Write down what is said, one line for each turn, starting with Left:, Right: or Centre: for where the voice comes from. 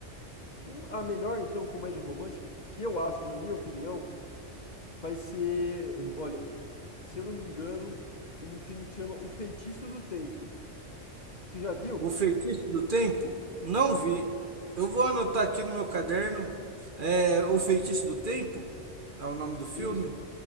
Left: Uma- a melhor então comédia romântica, que eu acho, na minha opinião, vai ser,
Right: Hum.
Left: olha, se eu não me engano, um filme que chama O Feitiço do Tempo. Você já viu?
Right: O Feitiço do Tempo? Não vi. Eu vou anotar aqui no meu caderno. É, O Feitiço do Tempo é o nome do filme.
Left: Isso.